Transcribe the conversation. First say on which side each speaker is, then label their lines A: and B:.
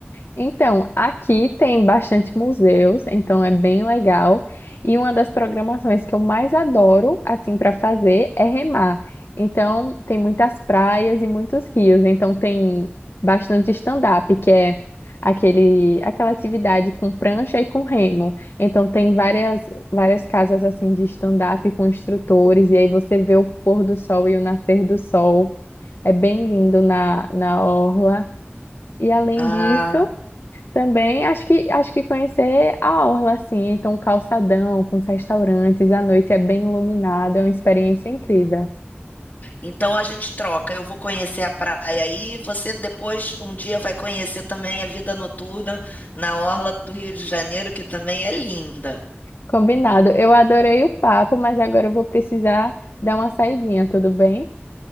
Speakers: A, on the left; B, on the left.
A: Então, aqui tem bastante museus, então é bem legal. E uma das programações que eu mais adoro, assim, para fazer é remar. Então, tem muitas praias e muitos rios. Então, tem bastante stand-up, que é aquele, aquela atividade com prancha e com remo. Então, tem várias, várias casas, assim, de stand-up com instrutores. E aí você vê o pôr do sol e o nascer do sol. É bem lindo na, na orla. E além
B: Ah,
A: disso. Também acho que acho que conhecer a orla assim, então o calçadão com os restaurantes, à noite é bem iluminado, é uma experiência incrível.
B: então a gente troca. Eu vou conhecer a praia aí, você depois um dia vai conhecer também a vida noturna na orla do Rio de Janeiro, que também é linda.
A: Combinado. Eu adorei o papo, mas agora eu vou precisar dar uma saidinha, tudo bem?